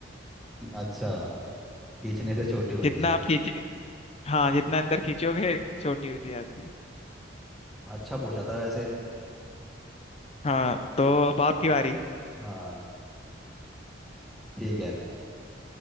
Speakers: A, in the centre; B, on the left.
A: अच्छा खींचने से छोटी होती
B: जितना
A: है
B: आप खींचे हाँ जितना अंदर खींचोगे छोटी होती जाती है
A: अच्छा पूछा था वैसे
B: हाँ तो अब आपकी बारी
A: हाँ ठीक है